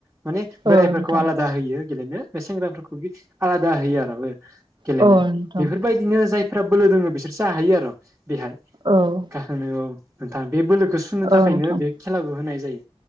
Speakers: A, on the right (about 20°); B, on the right (about 45°).
A: माने
B: औ
A: बोराइफोरखौ
B: नोंथां
A: आलादा होयो गेलेनो बे सेंग्राफोरखौ आलादा होयो आर'। गेलेनो
B: औ नोंथां
A: बेफोरबायदिनो जायफ्रा बोलो दोङो बिसोर जाहैयो आरो बेहाय।
B: औ।
A: मा होनो औ नोंथां बे बोलोखौ सुनो
B: औ
A: थाखायनो
B: नोंथां
A: बे खेलाखौ होनाय जायो।